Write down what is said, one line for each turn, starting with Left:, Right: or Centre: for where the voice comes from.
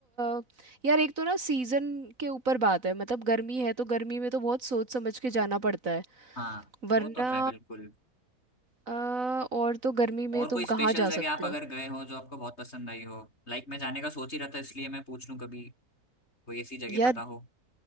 Right: अ, यार एक तो ना सीजन के ऊपर बात है मतलब गर्मी है तो गर्मी में तो बहुत सोच समझ के जाना पड़ता है
Left: हाँ
Right: वरना
Left: वो तो है बिल्कुल
Right: अ, और तो गर्मी में
Left: और
Right: तुम
Left: कोई स्पेशल
Right: कहाँ जा
Left: जगह
Right: सकते
Left: आप
Right: हो
Left: अगर गए हो जो आपको बहुत पसंद आई हो लाइक मैं जाने का सोच ही रहा था इसलिए मैं पूछ लूँ कभी कोई ऐसी जगह
Right: यार
Left: पता हो